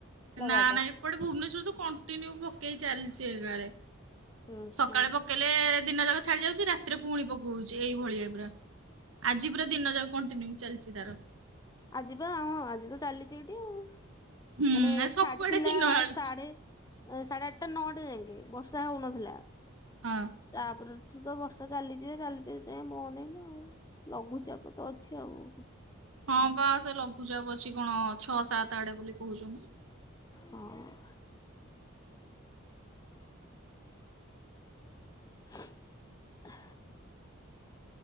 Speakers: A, on the left; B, on the right.
A: ଲଗାତାର
B: ନାଁ ନାଁ ଏପଟେ ଭୁବନେଶ୍ଵର ତ କଣ୍ଟିନ୍ୟୁ ପକେଇ ଚାଲିଛି ଏକାଳେ
A: ହୁଁ
B: ସକାଳେ
A: ହୁଁ
B: ପକ କହିଲେ ଦିନ ଯାକ ଛାଡ଼ି ଯାଉଛି। ରାତି ରାତି ରେ ପୁଣି ପକଉଛି ଏଇଭଳିଆ ପୁରା ଆଜି ପୁରା ଦିନ ଯାକ କଣ୍ଟିନ୍ୟୁ ଚାଲିଛି ତାର
A: ଆଜିିବାଁଁ ହଁ ଆଜି ତ ଚାଲିଛି ଏଇଠି ଆଉ।
B: ହୁଁ
A: ମାନେ
B: ଏ ସବୁଆଡେ
A: ଛାଡିଥିଲା
B: ଦିନ ଆଳେ
A: ସାଢେ ଏ ସାଢ଼େ ଆଠଟା ନଅଟା ଯାକେଁ ବର୍ଷା ହଉନଥିଲା।
B: ହଁ।
A: ତା ପରଠୁଁ ତ ବର୍ଷା ଚାଲିଛି ଯେ ଚାଲିଛି ଏଯାଏଁ ବନ୍ଦ ହେଇନ ଆଉ। ଲଘୁଚାପ ତ ଅଛି ଆଉଁ।
B: ହଁ ବା ସେ ଲଘୁଚାପ ଅଛି କଣ ଛଅ ସାତ ଆଠେ ବୋଲି କହୁଛନ୍ତି।
A: ହଁ ସୁରଂ ହେଁ